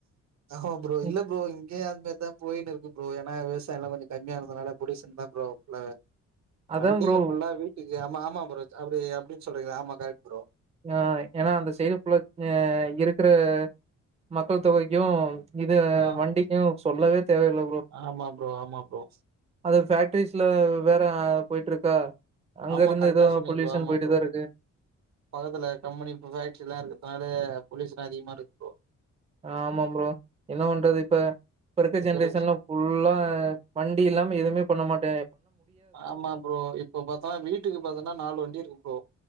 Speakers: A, on the right (about 70°); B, on the right (about 20°).
A: ஆமா ப்ரோ
B: ம்
A: இல்ல ப்ரோ இங்கயு அந்த மாரி தா போயின்னுருக்கு ப்ரோ என்ன விவசாயல்லா கொஞ்ச கம்மியா இருந்தனால பொலிஷன்ன தா ப்ரோ ஃபுல்லாவே
B: அதா
A: வண்டிங்க
B: ப்ரோ
A: ஃபுல்லா வீட்டுக்கு ஆமா ஆ மா ப்ரோஜ் அப்டி அப்டின் சொல்றீங்களா ஆமா கரெக்ட் ப்ரோ
B: ஆஹ் ஏனா அந்த சைடு ஃபுல்லா ஏ இருக்கற மக்கள் தொகைக்கு இது
A: ஆ
B: வண்டிக்கு சொல்லவே தேவையில்ல ப்ரோ
A: ஆமா ப்ரோ ஆமா ப்ரோ
B: அது ஃபேக்ட்ரிஸ்ல வேற போயிட்ருக்கா அங்கருந்து
A: ஆமா கரெக்டா
B: எதோ
A: சொன்னீங்க
B: பொல்யூஷன்
A: ப்ரோ ஆமா
B: போயிட்டுதாருக்கு
A: ப்ரோ பக்கத்துல கம்பெனி ஃபேக்டரில்லா இருக்குறதுனால பொலிஷன் அதிகமாருக்கு ப்ரோ
B: ஆமா ப்ரோ என்ன பண்றது இப்ப இப்பருக்க
A: இப்ப
B: ஜென்ரேஷன்லா
A: இருக்
B: ஃபுல்லா வண்டி இல்லாம எதுமே பண்ண மாட்ட
A: ஆமா ப்ரோ இப்ப பாத்தனா வீட்டுக்கு பாத்தனா நாலு வண்டி இருக்கு ப்ரோ